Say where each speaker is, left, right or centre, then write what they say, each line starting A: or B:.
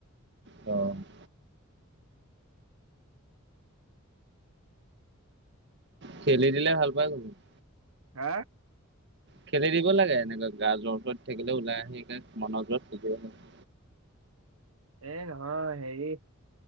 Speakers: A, on the right (about 55°); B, on the right (about 85°).
A: অঁ! <unintelligible> খেলি দিলে ভাল পাই যাবি। <inaudible>
B: হা? <unintelligible>
A: খেলি দিব লাগে এনেকুৱা, গা জ্বৰ <unintelligible> থাকিলে ওলাই আহি, সেই মনৰ জোৰত। <unintelligible>
B: এ নহয় হেৰি <unintelligible>